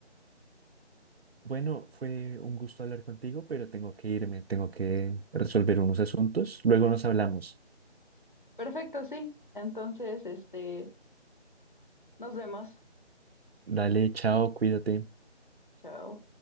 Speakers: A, on the right; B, on the left.
A: Bueno, fue un gusto hablar contigo, pero tengo que irme, tengo que resolver unos asuntos. Luego nos hablamos.
B: Perfecto, sí. Entonces, este, nos vemos.
A: Dale, chao, cuídate.
B: Chao.